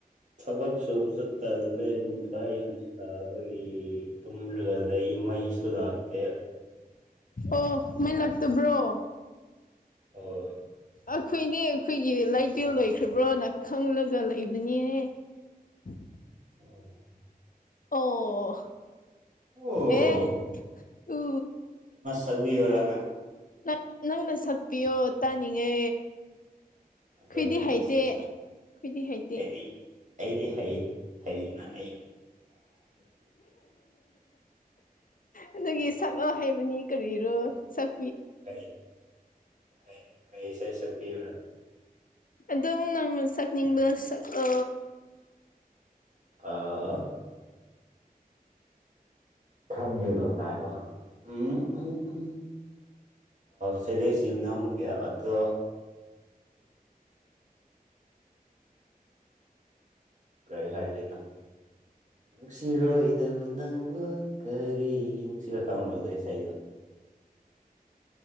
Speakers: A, on the right; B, on the left.
A: ꯊꯕꯛ ꯁꯨꯝ ꯆꯠ ꯇꯜꯂꯦ ꯅꯨꯡꯁꯥ ꯌꯥꯝ ꯁꯥꯕꯒꯤ ꯇꯨꯝꯔꯒ ꯂꯩ ꯃꯩ ꯁꯨ ꯂꯥꯛꯇ‌ꯦ
B: ꯑꯣ ꯃꯩ ꯂꯥꯛꯇꯕ꯭ꯔꯣ
A: ꯍꯣꯏ
B: ꯑꯩꯈꯣꯏꯅꯦ ꯑꯩꯈꯣꯏꯒꯤ ꯂꯥꯏꯕꯦꯜ ꯂꯣꯏꯈ꯭ꯔꯕ꯭ꯔꯅ ꯈꯪꯂꯒ ꯂꯩꯕꯅꯦꯍꯦ <unintelligible>
A: ꯑꯣ
B: ꯑꯣ
A: ꯑꯣ
B: ꯑꯦ ꯎ
A: ꯇꯛꯕꯤꯔꯔꯅ
B: ꯪ ꯅꯪꯅ ꯁꯛꯄꯤꯌꯣ ꯇꯥꯅꯤꯡꯉꯦ
A: ꯑꯗꯣ
B: ꯈꯣꯏꯗꯤ
A: ꯀꯩ
B: ꯍꯥꯏꯩꯇ
A: ꯏꯁꯩ ꯁꯛ
B: ꯈꯗꯤ ꯍꯥꯏꯩꯇ
A: ꯑꯩꯗꯤ ꯑꯩꯗꯤ ꯍꯩ ꯍꯅ ꯑꯩꯗꯤ
B: ꯑꯗꯨꯒꯤ ꯁꯛꯑ ꯍꯥꯏꯩꯕꯅꯤ ꯀꯔꯤꯔꯣ ꯁꯛ
A: ꯀ ꯀ ꯀꯩꯁꯩꯁꯄꯤꯤꯣ
B: ꯑꯗꯨꯝ ꯅꯪ ꯆꯛꯅꯤꯡꯕ ꯑ
A: ꯑꯥ ꯈꯪꯒꯩꯗꯣꯉꯀꯣ ꯎꯝ ꯎꯝ ꯎꯝ ꯐꯤꯂꯤꯛꯁ ꯌꯨꯅꯝꯒꯤ ꯑꯗꯣ ꯀꯔꯤ ꯍꯥꯏꯗꯩꯅ ꯅꯨꯡꯁꯤꯔꯣꯏꯗꯕꯨ ꯅꯪꯕꯨ ꯀꯔꯤꯒꯤ ꯅꯨꯡꯁꯤꯕ ꯈꯪꯕ꯭ꯔꯣꯗꯣ ꯏꯁꯩꯗꯣ